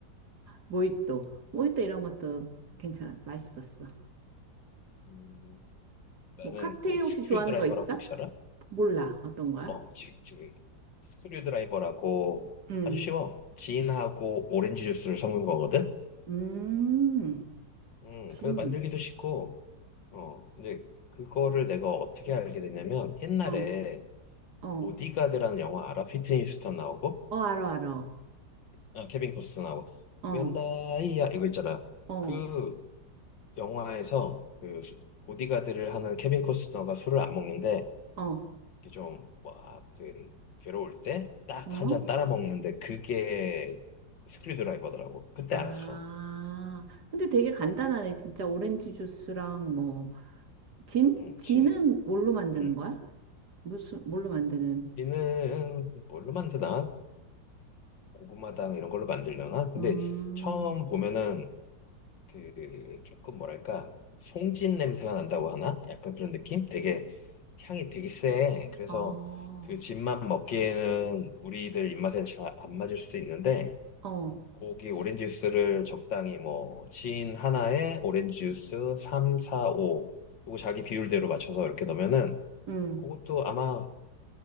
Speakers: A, on the right; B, on the left.
A: 모히또, 모히또 이런 것도
B: 음.
A: 괜찮아, 맛있었어.
B: 음. 나는
A: 뭐 칵테일
B: 그 스크류
A: 혹시 좋아하는
B: 드라이버라고
A: 거 있어?
B: 혹시 알아?
A: 몰라, 어떤 거야?
B: 어, 지금 스크류 드라이버라고
A: 음,
B: 아주 쉬워. 진하고 오렌지 주스를 섞는 거거든.
A: 음,
B: 음,
A: 짐,
B: 그래서 만들기도 쉽고. 어, 근데 그거를 내가 어떻게 알게 됐냐면 옛날에
A: 어, 어,
B: 보디가드라는 영화 알아? 휘트니 휴스턴 나오고,
A: 어, 알어, 알어,
B: 아, 케빈 코스터 나오고.
A: 어,
B: 웬다이야 이거 있잖아.
A: 어,
B: 그 영화에서 그 수- 보디가드를 하는 케빈 코스터가 술을 안 먹는데
A: 어,
B: 이렇게 좀 와, 그 괴로울 때 딱
A: 어.
B: 한 잔 따라 먹는데 그게 스크류드라이버더라고. 그때
A: 아,
B: 알았어.
A: 근데 되게
B: 음,
A: 간단하네. 진짜 오렌지 주스랑 뭐, 진?
B: 음,
A: 진은
B: 진,
A: 뭘로 만드는
B: 음.
A: 거야? 무슨, 뭘로 만드는?
B: 진은 뭘로 만드나? 고구마당 이런 걸로 만들려나? 근데
A: 음,
B: 처음 보면은 그 조금 뭐랄까 송진 냄새가 난다고 하나? 약간 그런 느낌? 되게 향이 되게 세. 그래서
A: 아,
B: 그 진만 먹기에는 우리들 입맛에 잘 안 맞을 수도 있는데
A: 어,
B: 고기 오렌지 주스를 적당히 뭐 진 하나에 오렌지 주스 3, 4, 5 요거 자기 비율대로 맞춰서 이렇게 넣으면은
A: 음,
B: 그것도 아마